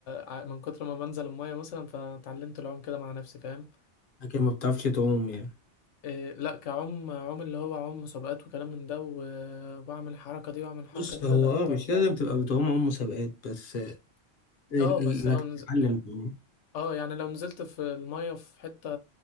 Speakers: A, on the left (about 85°); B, on the left (about 50°).
A: ع- من كتر ما بنزل المايه مثلا فتعلمت العوم كده مع نفسي فاهم
B: لكن ما بتعرفش تعوم يعني
A: آه، لا كعوم عوم اللي هو عوم مسابقات وكلام من ده و- واعمل الحركه دي واعمل الحركه
B: بص
A: دي لا
B: هو
A: لا
B: اه
A: طبعا
B: مش لازم تبقى بتعوم عوم مسابقات بس آه، ال-
A: اه
B: ال-
A: بس
B: انك
A: لو
B: تتعلم
A: نز...
B: تعوم
A: اه يعني لو نزلت في المايه في حته